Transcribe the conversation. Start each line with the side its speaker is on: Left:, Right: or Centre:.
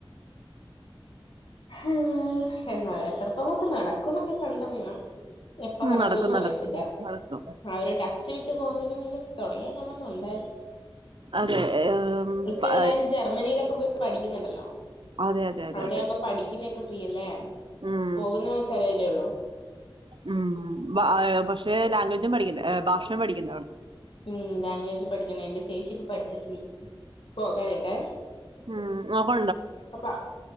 Left: ഹം എന്നാ എത്രത്തോളംക്കെ നടക്കും എന്നൊക്കെ കണ്ട റിയണം എപ്പ
Right: ഉം,
Left: നടക്കുംന്ന്
Right: നടക്കും നടക്കും
Left: പറയത്തില്ല
Right: നടക്കും
Left: ആ ഒരു വച്ച വിട്ട് പോകുന്നതിന് പിന്നെ തുടങ്ങിക്കൊള്ളണംമുണ്ടായിരുന്നു
Right: അതെ ഏം,
Left: ഇപ്പ
Right: പ-
Left: എല്ലാരും ജർമ്മനിയിലൊക്കെ പോയി പഠിക്കുന്നുണ്ടല്ലോ
Right: അതെ അതെ അതെ
Left: അവിടെയാവുമ്പോ
Right: അതെ
Left: പഠിക്കുന്ന ഒക്കെ ഫ്രീ അല്ലേ
Right: ഉം
Left: പോകുന്ന വെച്ച അറിയല്ലേള്ളു
Right: ഉം പക്ഷേ ലാംഗ്വേജും പഠിക്കുന്ന ഭാഷയും പഠിക്കുന്ന
Left: ഉം ലാംഗ്വേജ് പഠിക്കണ എന്റെ ചേച്ചിപ്പ പഠിച്ചി പോകാനായിട്ടാ
Right: ഉം അ
Left: അപ്പൊ